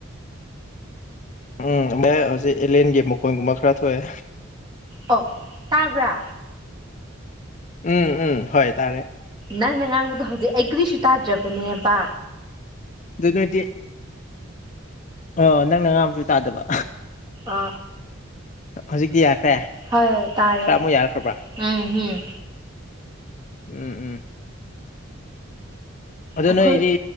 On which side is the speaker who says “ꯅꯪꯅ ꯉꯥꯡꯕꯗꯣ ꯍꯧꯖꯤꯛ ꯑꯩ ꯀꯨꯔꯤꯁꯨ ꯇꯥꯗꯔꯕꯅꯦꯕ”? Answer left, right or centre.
Right